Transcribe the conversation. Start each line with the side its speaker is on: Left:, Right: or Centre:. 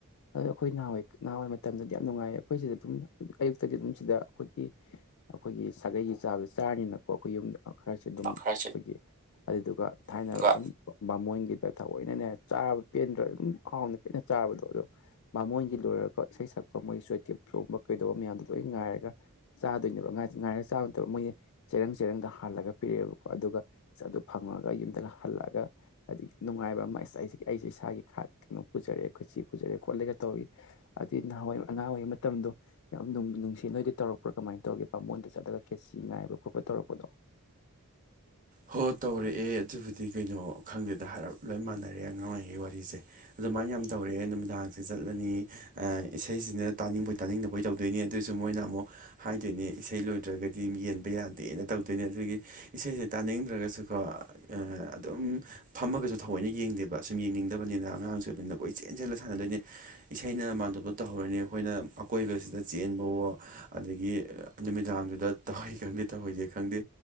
Left: ꯑꯗꯨ ꯑꯩꯈꯣꯏ ꯅꯍꯥꯟꯋꯥꯏ ꯅꯍꯥꯟꯋꯥꯏ ꯃꯇꯝꯗꯗꯤ ꯌꯥꯝ ꯅꯨꯡꯉꯥꯏꯌꯦ ꯑꯩꯈꯣꯏ ꯁꯤꯗ ꯑꯗꯨꯝ ꯑꯌꯨꯛꯇꯗꯤ ꯑꯗꯨꯝ ꯁꯤꯗ ꯑꯩꯈꯣꯏꯒꯤ ꯁꯥꯒꯩꯒꯤ ꯆꯥꯕ ꯆꯥꯔꯅꯤꯅꯀꯣ ꯑꯩꯈꯣꯏ ꯌꯨꯝ ꯈꯔꯁꯦ ꯑꯗꯨꯝ
Right: ꯈꯔ
Left: ꯑꯩ ꯑꯗꯨꯗꯨꯒ ꯊꯥꯏꯅꯅꯕ
Right: ꯑꯗꯨꯒ
Left: ꯑꯗꯨꯝ ꯕꯥꯃꯣꯟꯒꯤꯗ ꯊꯑꯣꯏꯅꯅꯦ ꯆꯥꯔꯕ ꯄꯦꯟꯗ꯭ꯔ ꯑꯗꯨꯝ ꯈꯥꯎꯅ ꯄꯦꯅ ꯆꯥꯕꯗꯣ ꯑꯗꯣ ꯃꯃꯣꯟꯒꯤ ꯂꯣꯏꯔꯒꯀꯣ ꯏꯁꯩ ꯁꯛꯄ ꯃꯣꯏꯒꯤ ꯆꯋꯦꯠ ꯀꯦꯞ ꯆꯣꯡꯕ ꯀꯩꯗꯧꯕ ꯃꯌꯥꯝꯗꯣ ꯂꯣꯏ ꯉꯥꯏꯔꯒ ꯆꯥꯗꯣꯏꯅꯦꯕ ꯉꯥꯏꯔꯒ ꯆꯥꯕꯠꯇꯕ ꯃꯣꯏꯅ ꯆꯦꯔꯪ ꯆꯦꯔꯪꯗ ꯍꯥꯜꯂꯒ ꯄꯤꯔꯛꯑꯦꯕ ꯑꯗꯨꯒ ꯏꯁ ꯑꯗꯨ ꯐꯪꯉꯒ ꯌꯨꯝꯗꯒ ꯍꯜꯂꯛꯑꯒ ꯍꯥꯏꯗꯒꯤ ꯅꯨꯡꯉꯥꯏꯕ ꯑꯃꯁꯤ ꯑꯩꯁꯦ ꯏꯁꯥꯒꯤ ꯈ ꯀꯩꯅꯣ ꯄꯨꯖꯔꯛꯦ ꯈꯨꯠꯁꯤ ꯄꯨꯖꯔꯦ ꯈꯣꯠꯂꯦꯒ ꯇꯧꯋꯤ ꯑꯗꯨꯏ ꯅꯍꯥꯟꯋꯥꯏ ꯑꯍꯥ ꯑꯣꯏꯏꯉꯩ ꯃꯇꯝꯗꯣ ꯌꯥꯝ ꯅꯨꯡꯁꯤꯠ ꯅꯣꯏꯗꯤ ꯇꯧꯔꯛꯄ꯭ꯔꯥ ꯀꯃꯥꯏꯅ ꯇꯧꯒꯦ ꯄꯥꯝꯕꯣꯟꯗ ꯆꯠꯂꯒ ꯈꯦꯠꯆ ꯉꯥꯏꯕ ꯈꯣꯠꯄ ꯇꯧꯔꯛꯄꯗꯣ
Right: ꯍꯣ ꯇꯧꯔꯛꯑꯦ ꯑꯗꯨꯕꯨꯗꯤ ꯀꯩꯅꯣ ꯈꯪꯗꯦꯗ ꯍꯥꯏꯔꯞ ꯂꯣꯏ ꯃꯥꯟꯅꯔꯦ ꯑꯉꯥꯡ ꯑꯣꯏꯩ ꯑꯩꯒꯤ ꯋꯥꯔꯤꯁꯦ ꯑꯗꯨꯃꯥꯏꯅ ꯌꯥꯝ ꯇꯧꯔꯛꯑꯦ ꯅꯨꯃꯤꯗꯥꯡꯁꯦ ꯆꯠꯂꯅꯤ ꯏꯁꯩꯁꯤꯅ ꯇꯥꯅꯤꯡꯕꯣꯏ ꯇꯥꯅꯤꯡꯗꯕꯣꯏ ꯇꯧꯗꯣꯏꯅꯤ ꯑꯗꯨꯏꯁꯨ ꯃꯣꯏꯅ ꯑꯃꯨꯛ ꯍꯥꯏꯗꯣꯏꯅꯦ ꯏꯁꯩ ꯂꯣꯏꯗ꯭ꯔꯒꯗꯤ ꯌꯦꯟꯕ ꯌꯥꯗꯦꯅ ꯇꯧꯗꯣꯏꯅꯦ ꯑꯗꯨꯗꯒꯤ ꯏꯁꯩꯁꯦ ꯇꯥꯅꯤꯡꯗ꯭ꯔꯒꯁꯨꯀꯣ ꯑꯗꯨꯝ ꯐꯝꯃꯒꯁꯨ ꯊꯑꯣꯏꯅ ꯌꯦꯡꯗꯦꯕ ꯑꯁꯨꯝ ꯌꯦꯡꯅꯤꯡꯗꯕꯅꯤꯅ ꯑꯉꯥꯡꯁꯨ ꯑꯣꯏꯕꯅꯤꯅ ꯑꯩꯈꯣꯏ ꯏ ꯆꯦꯟ ꯆꯦꯜꯂ ꯁꯥꯟꯅꯗꯣꯏꯅꯤ ꯏꯁꯩꯅ ꯃꯥꯟ ꯇꯣꯞꯄ ꯇꯧꯍꯧꯔꯅꯤ ꯑꯩꯈꯣꯏꯅ ꯑꯀꯣꯏꯕꯁꯤꯗ ꯆꯦꯟꯕꯋ ꯑꯗꯒꯤ ꯅꯨꯃꯤꯗꯥꯡꯗꯨꯗ ꯇꯧꯍꯩ ꯈꯪꯗꯦ ꯇꯧꯍꯩꯗꯦ ꯈꯪꯗꯦ